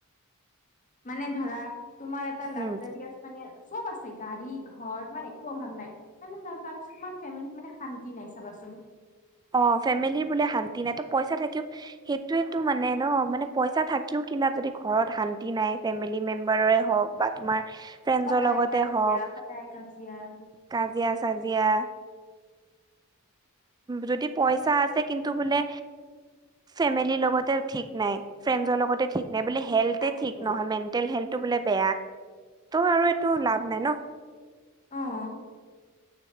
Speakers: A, on the left; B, on the right.
A: মানে ধৰা, তোমাৰ এটা লাগজাৰীযাচ
B: উম
A: মানে চব আছে গাড়ী, ঘৰ মানে একো অভাৱ নাই, মানে তাৰ তাৰপিছত তোমাৰ ফেমিলিত মানে শান্তি নাই চাবা চোন হ <unintelligible>
B: অহ ফেমিলি বোলে শান্তি নাই, ত পইচা থাকিও সেইটোৱে টো মানে ন মানে পইচা থা থাকিও কি লাভ যদি ঘৰত শান্তি নাই ফেমিলি মেম্বাৰৰে হওক বা তোমাৰ ফ্ৰেন্ছৰ
A: সদায়
B: লগতে
A: কাজিয়া
B: হওক,
A: সদায় কাজিয়া
B: কাজিয়া-চাজিয়া যদি পইচা আছে কিন্তু বোলে ফেমিলিৰ লগতে ঠিক নাই, ফ্ৰেণ্ডৰ লগতে ঠিক নে বোলে হেল্থ
A: তাকেতো
B: ঠিক নহয় মেণ্টেল হেল্থটো বোলে বেয়া, ত' আৰু এইটো লাভ নাই ন?
A: অহ।